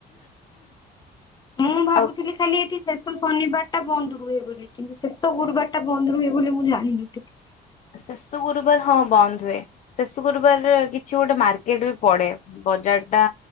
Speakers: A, on the left; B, on the left.
A: ମୁଁ ଭାବୁଥିଲି
B: ଆଉ
A: ଖାଲି ଏଠି ଶେଷ ଶନିବାର ଟା ବନ୍ଦ ହୁଏ ବୋଲି, କିନ୍ତୁ ଶେଷ ଗୁରୁବାର ଟା ବନ୍ଦ ରୁହେ ବୋଲି ମୁଁ ଜାଣିନଥିଲି।
B: ଶେଷୁ ଗୁରୁବାର ହଁ ବନ୍ଦ ହୁଏ। ଶେଷୁ ଗୁରୁବାର କିଛି ଗୋଟେ ମାର୍କେଟ ବି ପଡେ। ବଜାର ଲଟା